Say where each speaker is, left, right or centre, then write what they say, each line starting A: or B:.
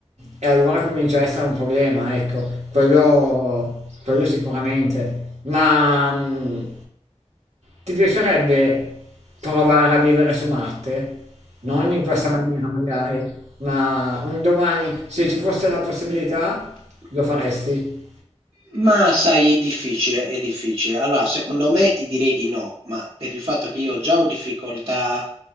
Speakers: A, on the right; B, on the right.
A: e allora comincia a essere un problema, ecco, quello, quello sicuramente. Ma mh, ti piacerebbe provare a vivere su Marte? Non in questa maniera magari, ma un domani,
B: <laughs>
A: se ci fosse la possibilità, lo faresti?
B: Ma sai, è difficile, è difficile. Allora, secondo me ti direi di no, ma per il fatto che io già ho difficoltà